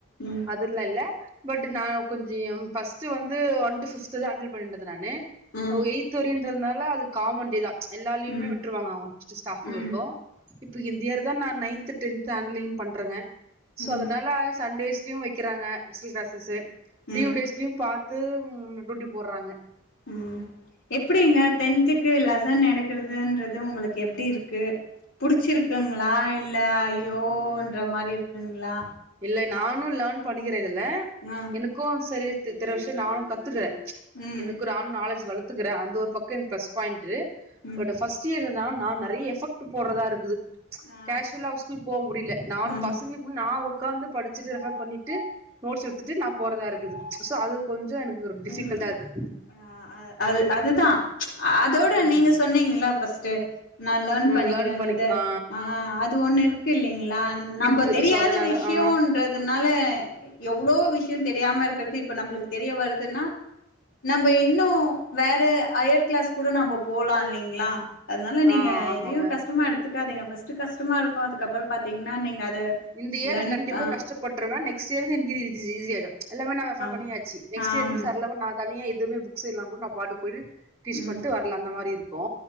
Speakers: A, on the left; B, on the right.
A: ம்
B: அத் திர்லா இல்ல பட் நா கொஞ்சியம் ஃபஸ்ட்டு வந்து ஒன் டு பிப்துதா ஹாண்டல் பண்ணிருந்தது நானு
A: ம்
B: எய்த்து வெரியுன்றதுனால அது காமண்டே தா எல்லா லீவுமே
A: ம்
B: விட்டுருவாங்க அவங்க ஸ்டாப்புங்களுக்கு
A: ம்
B: இப்ப இந்த இயரு தா நா நைன்த் டென்த் ஹாண்டலி பண்றங்க சோ
A: ம்
B: அதனால சண்டேஸ் லியு வெக்கிறாங்க ஸ்பெஷல் கிளாஸஸ்ஸு
A: ம்
B: லீவ் டேஸ்லியும் பாத்து டூட்டி போறாங்க
A: உம் எப்டிங்க டென்த்திக் கு லெசன் எடுக்கிறதுன்றது உங்களுக்கு எப்டி இருக்கு புடிச்சிருக்குங்ளா இல்ல ஐயோன்ற மாரி இருக்குங்ளா
B: இல்லை நானு லேர்ன் பண்ணிக்கிறே இதுல
A: ம்
B: எனக்கு சரி த்ர விஷ்யோ நானு கத்துக்கறே
A: ம்
B: எனக்குறான் நாலேஜ் வளர்த்துக்கறே அந்த ஒரு பக்கம் எனக்கு பிளஸ் பாயிண்ட்
A: ம்
B: பட் ஃபஸ்ட் சியோ என்னனா நானு நெறைய எஃபக்ட் போட்றதா இருக்குது
A: ஆ
B: கேஸ்சுவலா ஸ்கூலுக்கு போவ முடியல நானு
A: ம்
B: பசங்ளுக் முன் நா உக்காந்து படிச்சிட்டு ரெஃபேர் பண்ணிட்டு நோட்ஸ் எடுத்துட்டு நா போறதா இருக்குது சோ அது கொஞ்சோ எனக்கு ஒரு டிஃபிகல்ட்டா
A: ஆ
B: இருக்கு
A: ஆ அது அதுதா அதோட
B: ம்
A: நீங்க சொன்னீங்க இல்ல ஃபர்ஸ்ட்டு நா லேர்ன்
B: ம்
A: பண்ணிக்கிறேன்றத
B: பண்ணிக்க ஆ
A: ஆஹ் அது ஒண்ணு இருக்கு இல்லிங்ளா நம்ம
B: இருக்கு
A: தெரியாத
B: சோ அதனால
A: விஷயோன்றதுனால
B: ஆ
A: எவ்ளோ விஷியோ தெரியாம இருக்கிறது இப்ப நம்ளுக்கு தெரிய வருதுன்னா நம்ம இன்னு வேற ஹையர் கிளாஸ் கூட நாம்ப போலா இல்லிங்ளா அதனால
B: ஆ
A: நீங்க
B: ஆமாங்க
A: எதையு கஷ்டமா எடுத்துக்காதீங்க ஃபர்ஸ்ட்டு கஷ்டமா இருக்கு அதுக்கப்புறம் பாத்தீங்கனா நீங்க அத
B: இந்த இயர்
A: லேர்ன்
B: கண்டிப்பா
A: ஆ
B: கஷ்டப்படுறுவ நெக்ஸ்ட் இயர் இருந்து எனக்கு இ ஈஸியாயிடு எல்லாமே ந ரெஃபேர்
A: ஆமா
B: பண்ணியாச்சி நெக்ஸ்ட்
A: ஆம்
B: இயர்லுந் சர்ளமா நா தனியா எதுவுமே புக்ஸ் இல்லாம கூட நா பாட்டுக்கு போயிட்டு டீச்
A: ம்
B: பண்ணிட்டு வ்ரல அந்த மாரி இருக்கு